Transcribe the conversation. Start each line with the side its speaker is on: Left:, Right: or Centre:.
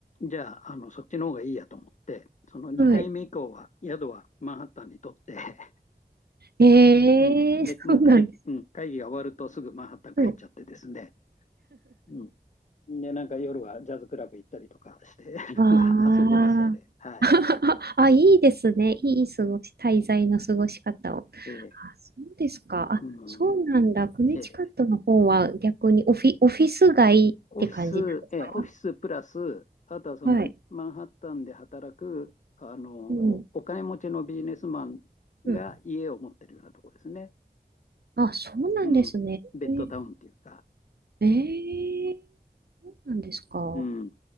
Left: じゃあ、あの、そっちの方がいいやと思って、その2回目以降は、
Right: はい。
Left: 宿はマンハッタンにとって、<laughs>
Right: えー、
Left: うん、で、
Right: そうなんです
Left: もう会、うん、会議が終わるとすぐマンハッタン帰っちゃってですね、
Right: ね。
Left: うん。で、なんか夜はジャズクラブ行ったりとかして <laughs>
Right: わあ。
Left: 遊んでましたね。はい。
Right: <laughs> あ、いいですね。
Left: うん、
Right: いい過ごし、滞在の過ごし方を。あ、
Left: え
Right: そうですか。あ、
Left: うん、
Right: そうなんだ。クネチカットの方は逆にオフィ、
Left: えー、
Right: オフィス街って感じなんですか。
Left: オフィス、えー、オフィスプラス、あとはそのマンハッタンで働く、
Right: はい。
Left: あの、
Right: うん。
Left: お金持ちのビジネスマンが家を持ってるようなところですね。
Right: うん。あ、そうなんですね。
Left: うん。ベッドタウンっていうか。
Right: えー、えーなんですか。
Left: うん。